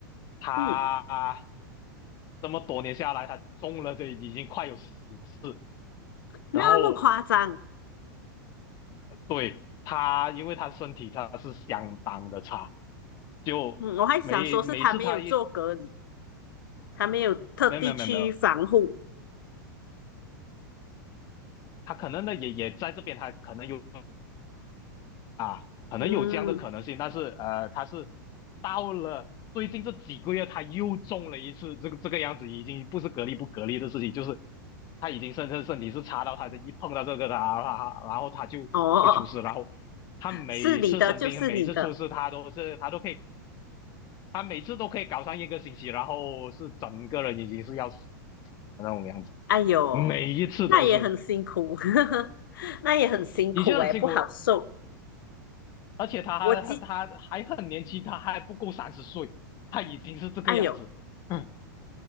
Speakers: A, on the left (about 35°); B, on the left (about 80°).
A: 他
B: 嗯，
A: 这么多年下来，他中了这已经快有十次。
B: 那么夸张，
A: 然后对，他，因为他身体他是相当的差，就每每次他一
B: 嗯，我还想说是他没有做隔离，他没有特地去防护。
A: 没有没有没有没有，他可能呢也也在这边，他可能有啊，可能有这样的可能性，
B: 嗯，
A: 但是呃，他是到了最近这几个月，他又中了一次，这个这个样子已经不是隔离不隔离的事情，就是他已经身身身体是差到他的一碰到这个他，他然后他就会出事，
B: 哦，
A: 然后他每一次生病，
B: 是你的就是你的，
A: 每一次出事，他都是他都可以他每次都可以搞上一个星期，然后是整个人已经是要死的那种样子，
B: 哎呦，
A: 每一次都是，
B: 那也很辛苦，<laughs> 那也很辛苦哎，
A: 的确很辛苦，
B: 不好受。
A: 而且他还他还很年轻，
B: 我记，
A: 他还不够三十岁，他已经是这个样子，
B: 哎呦，
A: 嗯